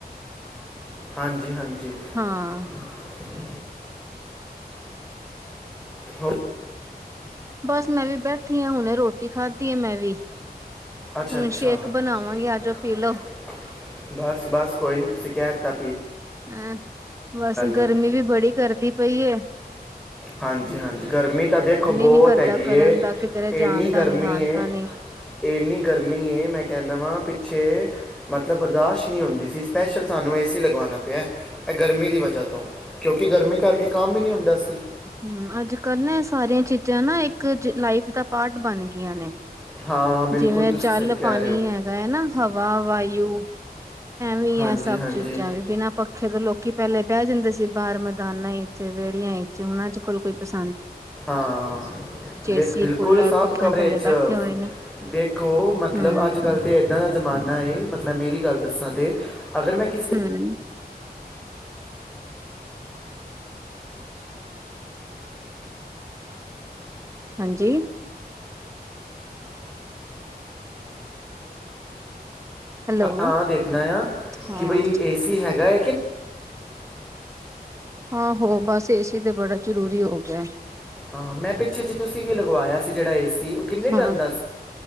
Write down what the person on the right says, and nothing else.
<unintelligible>
ਹਾਂ
ਬੱਸ ਮੈਂ ਵੀ ਬੈਠੀ ਹਾਂ, ਹੁਣੇ ਰੋਟੀ ਖਾਧੀ ਆ ਮੈਂ ਵੀ।
ਹੁਣ ਸ਼ੇਕ
ਬਣਾਵਾਂਗੇ
ਆਜੋ
ਪੀ ਲਓ
ਹੈਂ, ਬਸ ਗਰਮੀ
ਵੀ ਬੜੀ ਕਰਦੀ ਪਈ ਏ। ਬੁਰੇ ਹਾਲ <unintelligible>
ਨੀ ਕਰਦਾ
ਕਰਨ
ਦਾ ਕਿਧਰੇ ਜਾਣ
ਦਾ
ਨੀ ਆਣ
ਦਾ ਨੀ
ਹੂੰ, ਅੱਜ ਕੱਲ ਨਾ ਇਹ ਸਾਰੀ ਇਹ ਚੀਜ਼ਾਂ ਨਾ ਇੱਕ ਲਾਈਫ ਦਾ ਪਾਰਟ ਬਣ ਗਈਆਂ ਨੇ।
ਜਿਵੇਂ
ਜਲ
ਪਾਣੀ
ਹੈਗਾ ਹੈ ਨਾ ਹਵਾ ਵਾਯੂ ਐਵੇ ਵੀ
ਹੈ ਸਭ
ਚੀਜ਼ਾਂ ਵੀ ਬਿਨਾਂ ਪੱਖੇ ਤੋਂ ਲੋਕੀ ਪਹਿਲੇ ਬਹਿ ਜਾਂਦੇ ਸੀ ਬਾਹਰ ਮੈਦਾਨਾਂ ਚ ਵਿਹੜੀਆਂ ਵਿਚ ਉਹਨਾਂ ਚ ਕੋਲ ਕੋਈ ਪਸ
ਏਸੀ
ਕੂਲਰ
ਪੱਖਿਆਂ
ਥੱਲੇ
ਬੈਠੇ ਹੋਏ ਨੇ
ਹੂੰ,
ਹੂੰ, ਹਾਂਜੀ। ਹੈਲੋ
ਹਾਂ,
ਆਹੋ ਬਸ ਏਸੀ ਤੇ ਬੜਾ ਜ਼ਰੂਰੀ ਹੋ ਗਿਆ ਏ।
ਹਾਂ